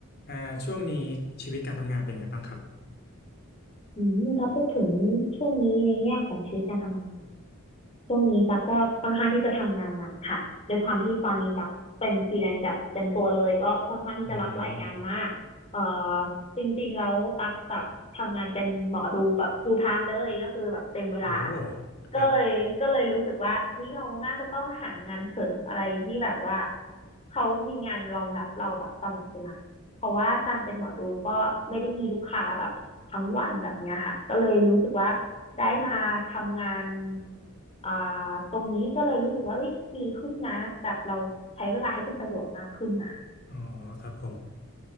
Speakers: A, on the left; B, on the left.
A: อ่าช่วงนี้ชีวิตการทำงานเป็นไงบ้างครับ
B: อืมถ้าพูดถึงช่วงนี้ในแง่ของชีวิตการทำงาน ช่วงนี้ตั๊กก็ค่อนข้างที่จะทำงานหนักค่ะด้วยความที่ตอนนี้ตั๊กเป็นฟรีแลนซ์แบบเต็มตัวเลยก็ค่อนข้างที่จะรับหลายงานมากเอ่อ
A: อืม
B: จริงๆแล้วตั๊กแบบทำงานเป็นหมอดูแบบ full time เลยก็คือแบบเต็มเวลา
A: โอ้ครับ
B: ก็เลยก็เลยรู้สึกว่าเฮ้ยเราน่าจะต้องหางานเสริมอะไรที่แบบว่าเขามีงานรองรับเราแบบตลอดเวลาเพราะว่าการเป็นหมอดูก็ไม่ได้มีลูกค้าแบบทั้งวันแบบเนี้ยค่ะก็เลยรู้สึกว่า ได้มาทำงานอ่าตรงนี้ก็เลยรู้สึกว่าเอ้ยดีขึ้นนะแบบเราใช้เวลาให้เป็นประโยชน์มากขึ้นนะ
A: อ๋อครับผม